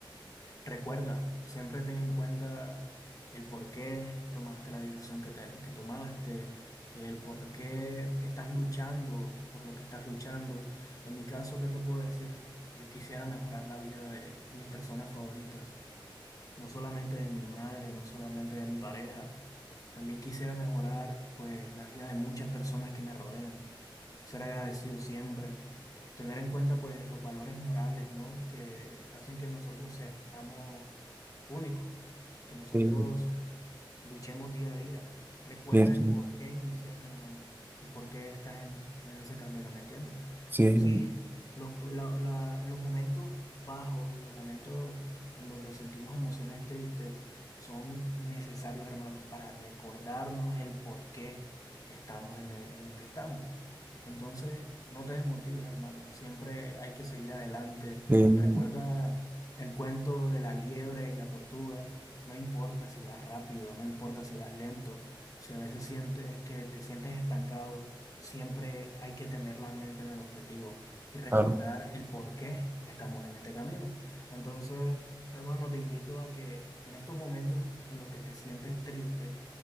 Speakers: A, on the left (about 40°); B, on the right (about 25°).
A: Recuerda, siempre ten en cuenta el por qué tomaste la decisión que, te- que tomaste, el por qué estás luchando por lo que estás luchando. En mi caso, ¿qué te puedo decir? Yo quisiera mejorar la vida de mis personas favoritas no solamente de mi madre, no solamente de mi pareja, también quisiera mejorar pues la vida de muchas personas que me rodean, ser agradecido siempre, tener en cuenta pues los valores morales, ¿no? que hacen que nosotros seamos únicos, que nosotros
B: Sí,
A: Luchemos día a día. Recuerda
B: sí,
A: el
B: sí,
A: por qué iniciaste, hermano, y por qué estás en, en ese camino, ¿me entiendes?
B: sí,
A: Sí, los, la- la- los momentos bajos, los momentos en donde sentimos emociones tristes son necesarios, hermanos, para recordarnos el por qué estamos en, el- en lo que estamos. Entonces, no te desmotives, hermano. Siempre hay que seguir adelante.
B: sí,
A: Recuerda el cuento de la liebre y la tortuga no importa si vas rápido, no importa si vas lento, si a veces sientes que te sientes estancado, siempre hay que tener la mente en el objetivo y recordar
B: claro,
A: el por qué estamos en este camino. Entonces, hermano, te invito a que en estos momentos en los que te sientes triste,